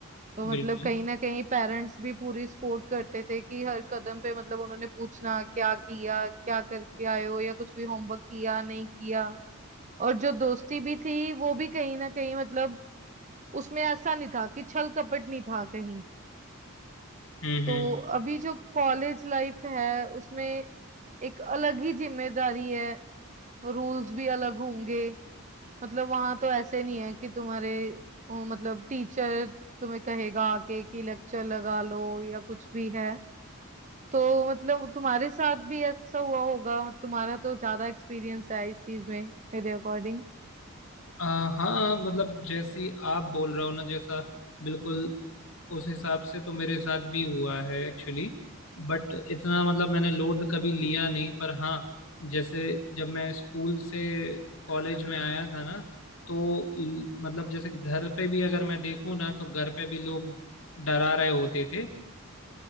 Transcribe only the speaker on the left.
बिल्कुल
हम्म
आ, हाँ मतलब जैसी आप बोल रहे हो ना जैसा बिल्कुल उस हिसाब से तो मेरे साथ भी हुआ है एक्चुअली बट इतना मतलब मैंने लोड कभी लिया नहीं पर हाँ जैसे जब मैं स्कूल से कॉलेज में आया था ना तो ई- मतलब जैसे घर पे भी अगर मैं देखूँ ना तो घर पे भी लोग डरा रहे होते थे